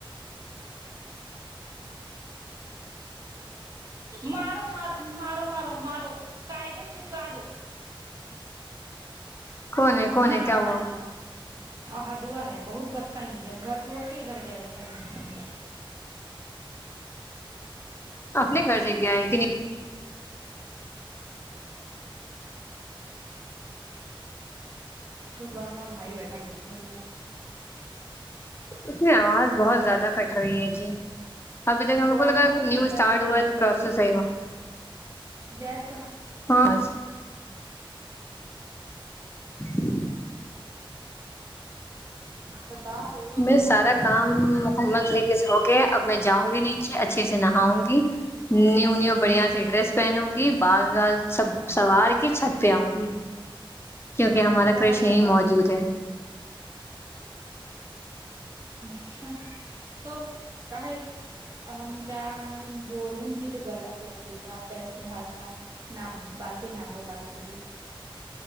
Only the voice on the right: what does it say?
مارو مار مارو مارو مارو قادے چپکا دو
مارو
عالیہ آھا دھوا ہے بہت بدتمی جب گھر چھوڑ کے ادھر گیا بدتمی
بس بڑا کا بھائی بیٹھا گ کھیلنا
وہ
تو نہیں
کٹ رہی تمہیں
کٹ
رہی ہے اس کی
زید کہاں
بتا رہے
ہاں اچھا
اور
بتاؤ
اچھا تو کا ہے ہم کیا میں بولوں گی تو غلط لگے گا آپ ایسی بھاشا نہ باتیں نہ بولا کریے